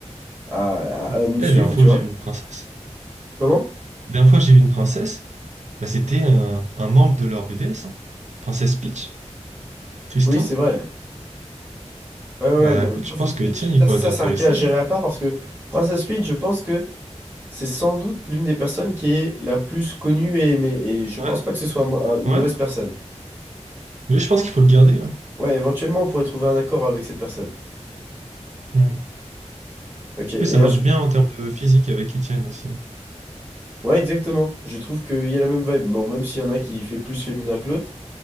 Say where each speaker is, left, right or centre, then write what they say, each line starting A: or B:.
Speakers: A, on the right; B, on the right.
A: à,
B: eh,
A: à- à nous
B: la
A: suivre,
B: dernière fois
A: tu
B: que
A: vois.
B: j'ai vu une princesse,
A: Comment?
B: la dernière fois que j'ai vu une princesse, Bah, c'était un, un membre de leur BDS, hein. Princesse Peach, Tristan.
A: Oui, c'est vrai. Ouais, ouais,
B: Bah
A: ouais, non,
B: écoute,
A: mais Princess
B: je pense que
A: Peach,
B: Étienne, il
A: ça,
B: pourrait
A: ça
B: être intéressé.
A: c'est un cas à gérer
B: hein.
A: à part parce que Princess Peach, je pense que... C'est sans doute l'une des personnes qui est la plus connue et aimée, et je
B: Ouais,
A: pense pas que ce soit un mo- un- une
B: ouais.
A: mauvaise personne.
B: Mais je pense qu'il faut le garder. hein.
A: Ouais, éventuellement, on pourrait trouver un accord avec cette personne.
B: Mm. En
A: Ok, et
B: plus, ça matche
A: ensuite...
B: bien en termes de physique avec Étienne aussi.
A: Ouais, exactement. Je trouve qu'il y a la même vibe. Bon, même s'il y en a un qui fait plus féminin que l'autre,